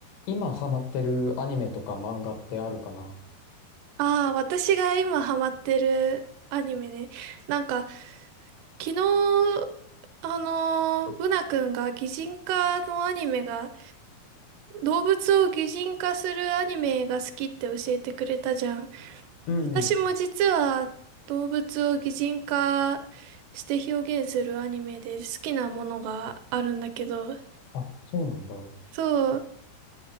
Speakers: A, on the left; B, on the right.
A: 今ハマってるアニメとか漫画ってあるかな
B: ああ、私が今ハマってるアニメね。なんか、昨日、あのー、ブナ君が擬人化のアニメが、動物を擬人化するアニメが好きって教えてくれたじゃん。
A: うん
B: 私も実は動物を擬人化して表現するアニメで好きなものがあるんだけど、
A: あ、そうなんだ。
B: そう、